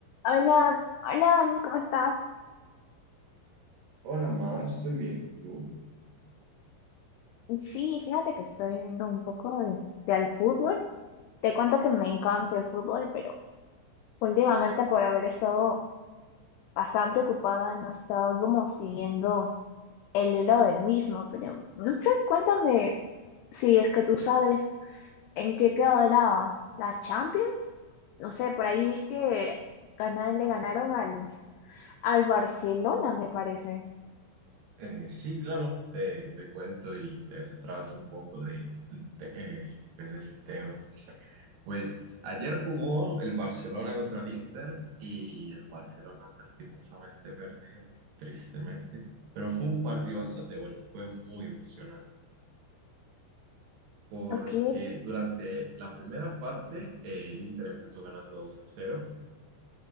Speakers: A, on the left (about 85°); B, on the right (about 70°).
A: Hola, hola Dani, ¿cómo estás?
B: Hola, Mar, estoy bien. ¿Y tú?
A: Sí, fíjate que estoy viendo un poco de, de al fútbol. Te cuento que me encanta el fútbol, pero últimamente por haber estado bastante ocupada no he estado como siguiendo el hilo del mismo, pero no sé, cuéntame si es que tú sabes en qué quedó la, la Champions. No sé, por ahí vi que ganar, le ganaron al, al Barcelona, me parece.
B: Eh, sí, claro, te, te cuento y te desatrás un poco de, de- eh, pues, de este tema. Pues ayer jugó el Barcelona contra el Inter y el Barcelona lastimosamente perdió, tristemente. Pero fue un partido bastante bueno, fue muy emocionante. Porque
A: Ok,
B: durante la primera parte eh, el Inter empezó ganando 2 a cero